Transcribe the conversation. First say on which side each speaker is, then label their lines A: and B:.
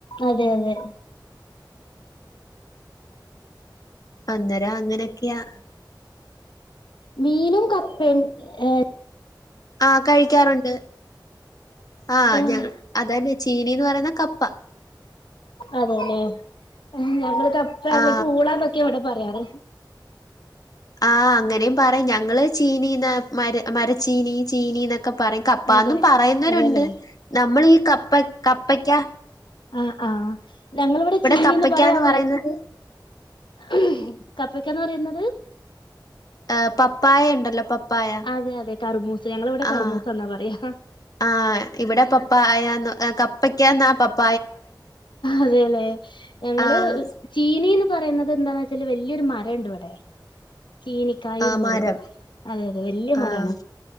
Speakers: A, on the left; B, on the left.
A: അതെ അതെ
B: അന്നേരം അങ്ങനൊക്കെയാ
A: വീനും കപ്പേം എ
B: ആ കഴിക്കാറുണ്ട് ആഹ
A: ആഹ്
B: ഞങ്ങ- അതന്നെ ചീനീന്ന് പറയുന്ന കപ്പ
A: അതേലെ ഞങ്ങൾ കപ്പ അല്ലെങ്കിൽ
B: ആ
A: ഊളാന്നൊക്കെ ഇവിടെ പറ- ഏറിം
B: ആ അങ്ങനെയും പറിം. ഞങ്ങള് ചീനീന്ന് മരച്ചീനി ചീനീന്നൊക് ക്കെ പറയും കപ്പാന്നും
A: അതെ
B: പറയുന്നവരുണ്ട്.
A: അതെല്ലേ
B: നമ്മൾ ഈ കപ്പ കപ്പക്കാ
A: അഹ് ആഹ ഞങ്ങളിവിടെ ചീനീന്ന്
B: കപ്പയ്ക്കാന്ന്
A: പറയാ-
B: പറയുന്നത്
A: ഉം കപ്പക്കാന്ന് പറയുന്നത് എ്
B: എ പപ്പായ ഉണ്ടല്ലോ പപ് പായ.
A: അതെ അതെ കർമൂസ് ഞങ്ങളിവിടെ കർമൂസ
B: ആഹ്.
A: എന്നാ പറയാ
B: ആ ഇവിടെ പപ് പ്പായന്ന് കപ്പക്കാന്നാ പപ്
A: അതേലേ ഞങ്ങള്
B: ആഹ്
A: ചീനീന്ന് പറയുന്നതന്താന്നെച്ചാല് വല്യൊരു മരംണ്ടിവ്ടെ ചീനിക്കായിന്ന്
B: ആഹ് മരം
A: പറയും. അതെയതെ വല്യ മരാണ്
B: ആഹ്